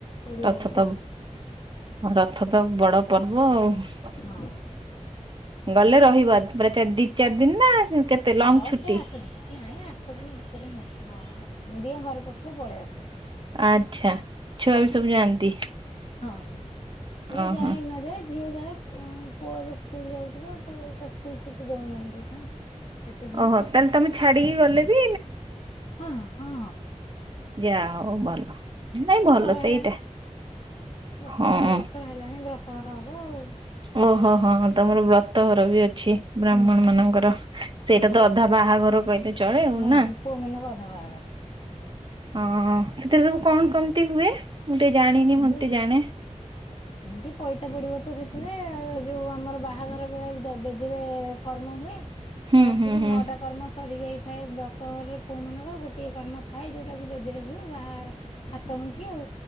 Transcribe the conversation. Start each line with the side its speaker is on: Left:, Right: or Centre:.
Left: କୋଡିଏ
Right: ରଥ
Left: ଆଡିକି
Right: ତ
Left: ଆଉ
Right: ରଥ ତ ବଡ ପର୍ବ ଆଉ।
Left: ହଁ।
Right: ଗଲେ ରହିବ ପୁରା ଚାରି ଦିନ ଦି ଚାରି ଦିନ ନା କେତେ ଲଙ୍ଗ
Left: ହଉ
Right: ଛୁଟି?
Left: ସେ ଆଠ ଦିନ ନାଇଁ ଆଠ ଦିନ ଭିତରେ ହିଁ ଆସେ ହଁ ଆଠ ଦିନ ଦିଅ ଘରେ ପଶିଲେ ପଳେଇ ଆସେ।
Right: ଆଛା ଛୁଆ ବି ସବୁ ଯାଆନ୍ତି।
Left: ହଁ ପୁଅ
Right: ଓହୋ
Left: ଯାଏ ନଯାଏ ଝିଅ ଯାଏ ପୁଅ ଏବେ ସ୍କୁଲ ଯାଉଛି ତ ଆଉ ତା ସ୍କୁଲ ଛୁଟି ଦଉନାହାନ୍ତି ତା ଏତ ଦିନେ
Right: ଓହୋ ତାହେଲେ
Left: ସେଥିପାଇଁ
Right: ତମେ
Left: ସେ
Right: ଛାଡିକି ଗଲେ ବି
Left: ହ ହଁ।
Right: ଯାହା ହଉ ଭଲ ନାଇଁ
Left: ପୁଅ
Right: ଭଲ
Left: ବଡ଼
Right: ସେଇଟା
Left: ହେଲାଣି ଦଶ
Right: ହଁ
Left: ଏଗାର ବର୍ଷର ହେଲାଣି ବ୍ରତଘର ହବ ଆଉ
Right: ଓହୋ ହଁ ହଁ ତମର ବ୍ରତଘର ବି ଅଛି ବ୍ରାହ୍ମଣ
Left: ହଁ
Right: ମାନଙ୍କର ସେଇଟା
Left: ହଁ
Right: ତ ଅଧା ବା ବାହାଘର କହିତେ ଚଳେ ଆଉ
Left: ହଁ
Right: ନା।
Left: ଜି ପୁଅମାନଙ୍କ ଅଧା ବାହାଘର।
Right: ହଁ ସେଥିରେ ସବୁ କଣ କେମିତି ହୁଏ। ମୁଁ ଟିକେ ଜାଣିନି
Left: ଏମିତି
Right: ମୁଁ ଟିକେ ଜାଣେ
Left: ଏମିତି ପଇତା ପଡିବ ତ ସେଠି ତିବେ ଆଉ ଆ ଯୋଉ ଆମର ବାହାଘର ଭଳିଆ ବେଦୀରେ କର୍ମ ହୁଏ।
Right: ହୁଁ
Left: ତା
Right: ହୁଁ
Left: ଧୁରୁ
Right: ହୁଁ
Left: ନଅଟା କର୍ମ ସରିଯାଇ ଥାଏ ବ୍ରତ ଘରରେ ପୁଅମାନଙ୍କର ଗୋଟିଏ କର୍ମ ଥାଏ ଯୋଉଟା କି ବେଦିରେ ହୁଏ ବାହାଘର ହାତ ଗଣ୍ଠି ଆଉ।